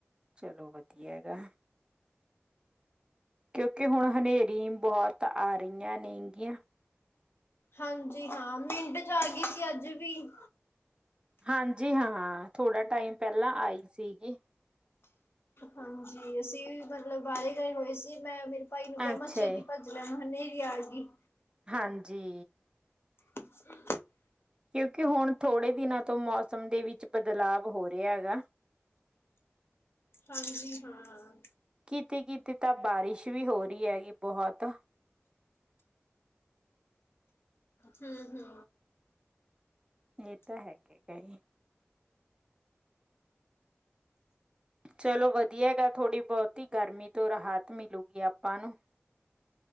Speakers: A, on the right (about 20°); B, on the left (about 65°).
A: ਚਲੋ ਵਧੀਆ ਗਾ। ਕਿਉਂਕਿ ਹੁਣ ਹਨੇਰੀ ਬਹੁਤ ਆ ਰਹੀਆਂ ਨੇ ਗੀਆ।
B: ਹਾਂਜੀ ਹਾਂ, ਮਿੰਟ 'ਚ ਆ ਗਈ ਸੀ ਅੱਜ ਵੀ।
A: ਹਾਂਜੀ ਹਾਂ, ਥੋੜਾ ਟਾਇਮ ਪਹਿਲਾਂ ਆਈ ਸੀਗੀ।
B: ਹਾਂਜੀ, ਅਸੀਂ ਵੀ ਮਤਲਬ ਬਾਹਰੇ ਗਏ ਹੋਏ ਸੀ। ਮੈਂ ਮੇਰੇ ਭਾਈ ਨੂੰ ਕਿਹਾ
A: ਅੱਛਾ
B: ਮੈਂ ਛੇਤੀ
A: ਜੀ
B: ਭੱਜ। ਮੈਂ ਕਿਹਾ ਹਨੇਰੀ ਵੀ ਆ ਗੀ।
A: ਹਾਂਜੀ।
B: <inaudible>
A: ਕਿਉਂਕਿ ਹੁਣ ਥੋੜੇ ਦਿਨਾਂ ਤੋਂ ਮੌਸਮ ਦੇ ਵਿੱਚ ਬਦਲਾਵ ਹੋ ਰਿਹਾ ਗਾ। <inaudible>
B: ਹਾਂਜੀ ਹਾਂ।
A: ਕਿਤੇ-ਕਿਤੇ ਤਾਂ ਵਾਰਿਸ਼ ਵੀ ਹੋ ਰਹੀ ਆ ਗੀ ਬਹੁਤ।
B: ਹੂੰ-ਹੂੰ
A: ਇਹ ਤਾਂ ਹੈਗਾ ਈ ਏ ਜੀ। ਚਲੋ ਵਧੀਆ ਗਾ। ਥੋੜ੍ਹੀ ਬਹੁਤੀ ਗਰਮੀ ਤੋਂ ਰਾਹਤ ਮਿਲੂਗੀ ਆਪਾਂ ਨੂੰ।